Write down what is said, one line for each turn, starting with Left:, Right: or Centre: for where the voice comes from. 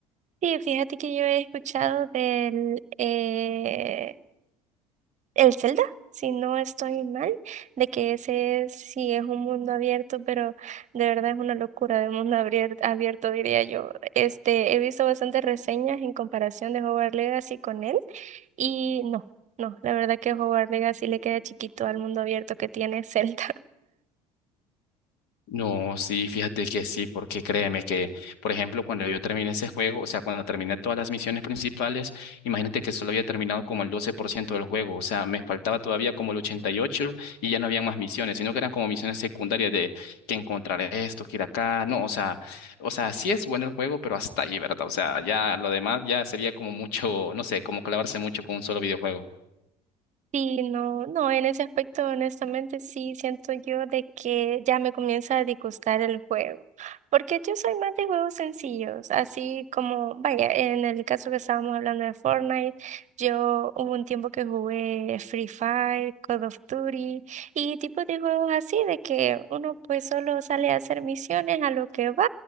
Right: Sí, fíjate que yo he escuchado del, eh, el Zelda, si no estoy mal, de que ese es, sí es un mundo abierto, pero de verdad es una locura de mundo abier- abierto, diría yo. Este, he visto bastantes reseñas en comparación de Hogwarts Legacy con él y no, no, la verdad que Hogwarts Legacy le queda chiquito al mundo abierto que tiene <laughs> Zelda.
Left: No, sí, fíjate que sí, porque créeme que, por ejemplo, cuando yo terminé ese juego, o sea, cuando terminé todas las misiones principales, imagínate que solo había terminado como el 12% del juego, o sea, me faltaba todavía como el 88% y ocho por ciento y ya no había más misiones, sino que eran como misiones secundarias de que encontrar esto, que ir acá, no, o sea, o sea, sí es bueno el juego, pero hasta ahí, ¿verdad? O sea, ya lo demás ya sería como mucho, no sé, como clavarse mucho con un solo videojuego.
Right: Sí, no, no, en ese aspecto, honestamente, sí siento yo de que ya me comienza a disgustar el juego, porque yo soy más de juegos sencillos, así como, vaya, en el caso que estábamos hablando de Fortnite, yo hubo un tiempo que jugué Free Fire, Call of Duty y tipos de juegos así de que uno pues solo sale a hacer misiones a lo que va,